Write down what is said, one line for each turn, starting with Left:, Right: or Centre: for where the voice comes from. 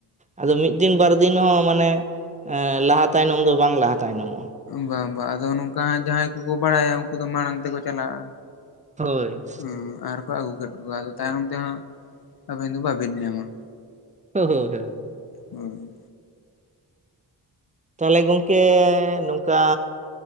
Right: ᱟᱫᱚ ᱢᱤᱫ ᱫᱤᱱ ᱵᱟᱨ ᱫᱤᱱ ᱦᱚᱸ ᱢᱟᱱᱮ ᱞᱟᱦᱟ ᱛᱟᱭᱱᱚᱢ ᱫᱚ ᱵᱟᱝ ᱞᱟᱦᱟ ᱛᱟᱭᱱᱚᱢᱚᱜ-ᱟ᱾
Left: ᱵᱟᱝ ᱵᱟ ᱟᱫᱚ ᱱᱚᱝᱠᱟ ᱦᱟᱸᱜ ᱡᱟᱦᱟᱸᱭ ᱠᱚᱠᱚ ᱵᱟᱲᱟᱭᱟ ᱩᱱᱠᱩ ᱫᱚ ᱢᱟᱲᱟᱝ ᱛᱮᱠᱚ ᱪᱟᱞᱟᱜ-ᱟ᱾
Right: ᱦᱚᱭ
Left: ᱦᱩᱸ ᱟᱨᱠᱚ ᱟᱹᱜᱩ ᱠᱮᱫ ᱠᱚᱣᱟ ᱟᱫᱚ ᱛᱟᱭᱱᱚᱢ ᱛᱮᱦᱟᱸᱜ ᱟᱹᱵᱤᱱ ᱫᱚ ᱵᱟᱵᱤᱱ ᱧᱟᱢᱟ
Right: ᱦᱚᱻᱭ ᱦᱚ ᱦᱚᱭ
Left: ᱦᱚᱭ
Right: ᱛᱟᱦᱞᱮ ᱜᱚᱝᱠᱮ ᱱᱚᱝᱠᱟ